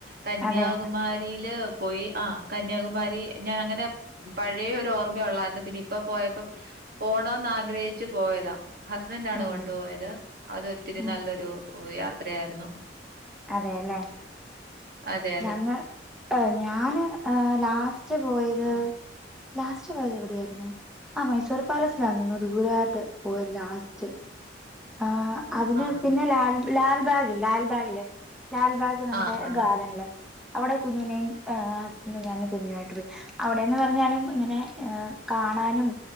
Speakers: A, on the right; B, in the centre.
A: കന്യാകുമാരില്
B: അതെ
A: പോയി. ആഹ് കന്യാകുമാരി ഞാനങ്ങനെ പഴയൊരു ഓർമ്മേ ഒള്ളാരുന്നു പിന്നെയിപ്പം പോയപ്പോ പോണോന്നാഗ്രഹിച്ചു പോയതാ ഹസ്ബന്റാണു
B: ഉം,
A: കൊണ്ടുപോയത് അതൊത്തിരി
B: ഉം.
A: നല്ലൊരു യാത്രയായിരുന്നു.
B: അതെയല്ലേ.
A: അതെ അതെ
B: ഞങ്ങൾ ഏ ഞാന് ഏ ലാസ്റ്റ്പോയത്. ലാസ്റ്റു പോയതെവിടെയായിരുന്നു. ആഹ് മൈസൂർ പാലസിലായിരുന്നു ദൂരെയായിട്ടു പോയത് ലാസ്റ്റ് ആഹ്. അതിനുപിന്നെ
A: ആഹ്
B: ലാൽ ലാൽബാഗില് ലാൽബാഗില് ലാൽബാഗ് നമ്മുടെ.
A: ആഹ് ആഹ്
B: നല്ല അവിടെ കുഞ്ഞിനെയും ആഹ്. പിന്നെ ഞാനും കുഞ്ഞുമായിട്ട്പോയി അവിടെന്നുപറഞ്ഞാലും ഇങ്ങനെ ഏഹ് കാണാനും.